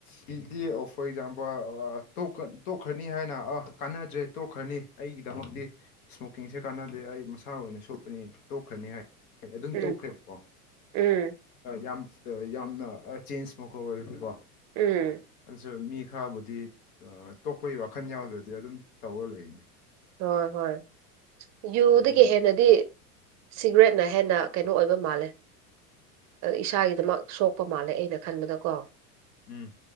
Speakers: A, on the left (about 70°); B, on the right (about 40°).
A: ꯒꯤꯗꯤ ꯑꯣ ꯐꯣꯔ ꯑꯦꯛꯖꯥꯝꯄꯜ ꯇ‌ꯣꯛ ꯇꯣꯛꯈ꯭ꯔꯅꯤ ꯍꯥꯏꯅ ꯑ ꯀꯥꯟꯅꯗ꯭ꯔꯦ ꯇꯣꯛꯈ꯭ꯔꯅꯤ ꯑꯩꯒꯤꯗꯃꯛꯗꯤ ꯏꯁꯃꯣꯀꯤꯡꯁꯦ ꯀꯥꯟꯅꯗꯦ ꯑꯩ ꯃꯁꯥ ꯑꯣꯏꯅ ꯁꯣꯛꯀꯅꯤ ꯇꯣꯛꯈ꯭ꯔꯅꯤ ꯍꯥꯏ ꯍ‌ꯣꯆ ꯑꯗꯨꯝ
B: ꯎꯝ
A: ꯇꯣꯛꯈ꯭ꯔꯦꯕꯀꯣ
B: ꯎꯝ
A: ꯌꯥꯝ ꯌꯥꯝꯅ ꯆꯦꯟꯖ ꯑꯃꯈꯛ ꯑꯣꯏꯔꯗꯤꯀꯣ
B: ꯎꯝ
A: ꯑꯗꯨꯁꯨ ꯃꯤ ꯈꯔꯕꯨꯗꯤ ꯇꯣꯛꯄꯒꯤ ꯋꯥꯈꯜ ꯌꯥꯎꯗ꯭ꯔꯗꯤ ꯑꯗꯨꯝ ꯇꯧꯔ ꯂꯩꯅꯤ
B: ꯍꯣꯏ ꯍꯣꯏ ꯌꯨꯗꯒꯤ
A: ꯑꯗꯨꯒꯤ
B: ꯍꯦꯟꯅꯗꯤ ꯁꯤꯒꯔꯦꯠꯅ ꯍꯦꯟꯅ ꯀꯩꯅꯣ ꯑꯣꯏꯕ ꯃꯥꯜꯂꯦ ꯏꯁꯥꯒꯤꯗꯃꯛ ꯁꯣꯛꯄ ꯃꯥꯜꯂꯦ ꯑꯩꯅ ꯈꯟꯕꯗꯀꯣ
A: ꯎꯝ